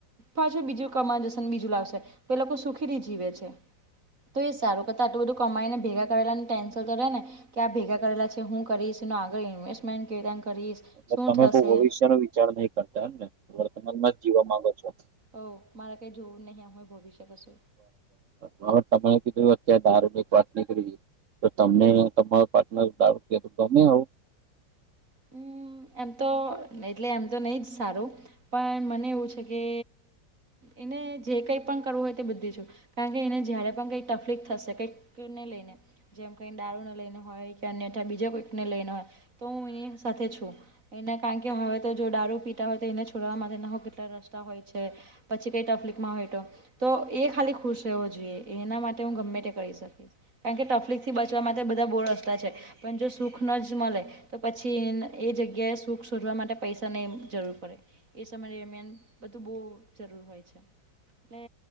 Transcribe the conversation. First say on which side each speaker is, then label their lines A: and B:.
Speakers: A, on the right; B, on the right.
A: પાછું બીજું કમાય લેશે ને બીજું લાવશે તો એ લોકો સુખી થી જીવે છે. તો એ સારું કરતા આટલું બધું કમાઈ ને ભેગા કરેલા ને ટેન્સન તો રેને કે આ ભેગા કરેલા છે હું કરીશ એનું આગળ ઇન્વેસ્ટમેન્ટ કેવી રાન કરીશ.
B: તો
A: શું
B: તમે
A: થશે
B: તો ભવિષ્ય નો વિચાર નહી કરતા એમ ને વર્તમાનમાં જીવા માંગો છો.
A: હોવ મારે કઈ જોવું નહિ એમ એ ભવિષ્ય કસુ.
B: બરાબરા હવે તમે કીધું અત્યારે દારૂ ની એક વાત નિકળી તો તમને તમારો પાર્ટનર દારુ પિયે તો ગમે એવું?
A: હમમ એમ તો એટલે એમ તો નહીં જ સારું. પણ મને એવું છે કે એને જે કઈ પણ કરવું હોય તે બધી છૂટ કારણ કે એને જયારે પણ કઈક તકલીફ થશે કઈક <unintelligible> ને લઈને જેમ કઈ દારૂને લઈને હોય કે અન્યથા બીજા કોઈકને લઈને હોય તો હું એની સાથે છું. એને કારણ કે હવે તો જો દારૂ પીટા હોય તો એને છોડવા માટે ના હો કેટલા રસ્તા હોય છે. પછી કઈ તફ્લીક માં હોય તો તો એ ખાલી ખુશ રહેવો જોઈએ એના માટે હું ગમે તે કરી શકીશ. કારણ કે ટફ્લિક થી બચવા માટે બધા બો રસ્તા છે પણ જો સુખ ન જ મળે તો પછી પછી એ જગ્યાએ સુખ શોધવા માટે પૈસા ની જરૂર પડે. એ સમય દરમિયાન બધું બો જરૂર હોય છે એટલે